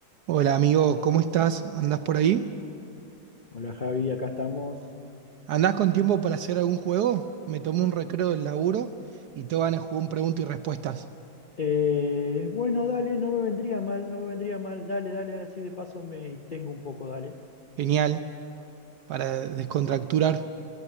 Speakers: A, on the right; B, on the left.
A: Hola amigo, ¿cómo estás? ¿Andás por ahí?
B: Hola Javi, acá estamos.
A: ¿Andás con tiempo para hacer algún juego? Me tomo un recreo del laburo y te van a jugar un preguntas y respuestas.
B: Eh, bueno, dale, no me vendría mal, no me vendría mal. Dale, dale, dale, así de paso me distengo un poco, dale.
A: Genial, para descontracturar.